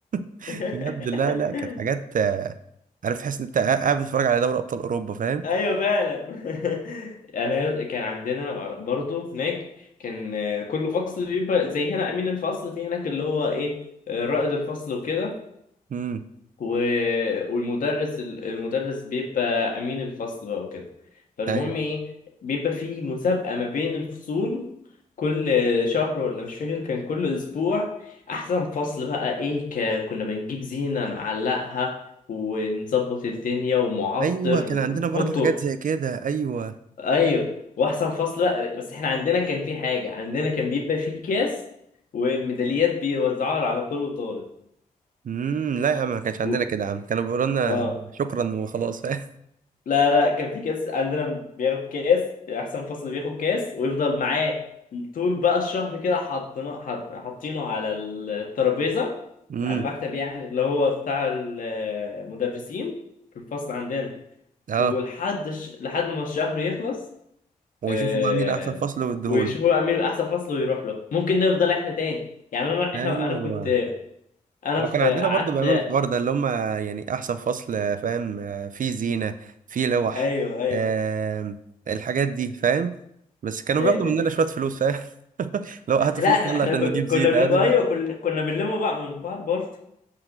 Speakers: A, on the right (about 60°); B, on the left (about 65°).
A: <laughs>
B: <laughs>
A: بجد لا لا كانت حاجات آه، عارف تحس ان انت قاعد بتتفرج على دوري ابطال اوروبا فاهم
B: ايوه فعلا <laughs> انا كان عندنا برضو هناك كان آه، كل فصل بيبقى زي هنا امين الفصل في هناك اللي هو ايه آه، رائد الفصل وكده
A: امم
B: و- والمدرس ال- المدرس بيبقى امين الفصل بقى وكده فالمهم
A: ايوه
B: ايه بيبقى في مسابقة ما بين الفصول كل شهر ولا مش فاكر كان كل اسبوع احسن فصل بقى ايه ك... كنا بنجيب زينة نعلقها ونظبط الدنيا ومعطر
A: ايوه كان
B: بنحطه
A: عندنا برضه حاجات زي كده ايوه
B: ايوه واحسن فصل بقى بس احنا عندنا كان في حاجه عندنا كان بيبقى في كاس وميداليات بيوزعوها على كل طالب
A: امم لا يا عم ما كانش عندنا
B: و...
A: كده يا عم كانوا بيقولوا لنا
B: اه
A: شكرا وخلاص <laughs>
B: لا لا كان في كاس عندنا بياخد كاس احسن فصل بياخد كاس ويفضل معاه طول بقى الشهر كده حاطينه حاط- حاطينه على الترابيزه
A: امم
B: على المكتب يعني اللي هو بتاع المدرسين في الفصل عندنا
A: اه
B: ولحد الش- لحد ما الشهر يخلص
A: ويشوفوا
B: آه،
A: بقى مين احسن فصل ويديهوله
B: ويشوفوا بقى مين احسن فصل ويروح له ممكن نفضل احنا تاني يعني انا احنا
A: ايوه
B: انا كنت انا
A: لو
B: في
A: كان عندنا
B: قعدت
A: برضه بيعملوا الحوار ده اللي هم يعني احسن فصل فاهم آه، فيه زينه فيه لوح
B: ايوه ايوه
A: آم، الحاجات دي فاهم بس كانوا
B: ايوه
A: بياخدوا
B: ايوه
A: مننا شويه فلوس فاهم <laughs> لو هاتوا
B: لا
A: فلوس
B: احنا
A: يلا
B: إحنا
A: عشان
B: ك-
A: نجيب زينه
B: كنا بن...
A: هاتوا
B: ايوه
A: شوية.
B: كنا كنا بنلم بقى من بعض برضه